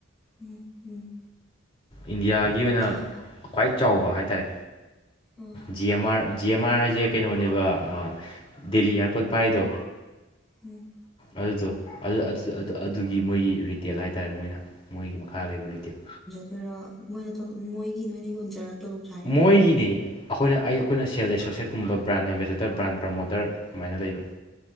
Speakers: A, in the centre; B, on the left (about 30°).
A: ꯎꯝ ꯎꯝ
B: ꯏꯟꯗꯤꯌꯥ ꯒꯤ ꯑꯣꯏꯅ
A: ꯊꯥ
B: ꯈ꯭ꯋꯥꯏ ꯆꯥꯎꯕ ꯍꯥꯏꯇꯥꯔꯦ
A: ꯑꯥ
B: ꯖꯤ ꯑꯦꯝ ꯃꯥꯔ ꯖꯤ ꯑꯦꯝ ꯑꯥꯔ ꯍꯥꯏꯁꯦ ꯀꯩꯅꯣꯅꯦꯕ ꯑ ꯗꯦꯜꯂꯤ ꯏꯌꯥꯔꯄꯣꯠ ꯄꯥꯏꯔꯤꯗꯣ
A: ꯎꯝ
B: ꯑꯗꯨꯗꯣ ꯑꯗꯨ ꯑꯗꯨ ꯑꯗꯨꯒꯤ ꯔꯤꯇꯦꯟ ꯍꯥꯏꯇꯔꯦ ꯃꯣꯏꯅ ꯃꯣꯏꯒꯤ ꯃꯈꯥ ꯂꯩꯕ ꯔꯤꯇꯦꯜ
A: ꯗꯨꯏꯔꯣ ꯃꯣꯏꯅ ꯇꯣꯂꯣꯞ ꯃꯣꯏꯒꯤ ꯅꯣꯏꯅ ꯌꯣꯟꯖꯔ ꯇꯣꯂꯣꯞ ꯆꯥꯏꯔꯣ
B: ꯃꯣꯏꯒꯤꯅꯦ ꯑꯩꯈꯣꯏꯅ ꯑꯩ ꯑꯩꯈꯣꯏꯅ ꯁꯦꯜ ꯑꯦꯁꯣꯁꯦꯠ ꯀꯨꯝꯕ ꯕ꯭ꯔꯥꯟ ꯑꯦꯝꯕꯦꯁꯦꯗꯔ ꯕ꯭ꯔꯥꯟ ꯄ꯭ꯔꯃꯣꯇꯔ ꯑꯗꯨꯃꯥꯏꯅ ꯂꯩꯕ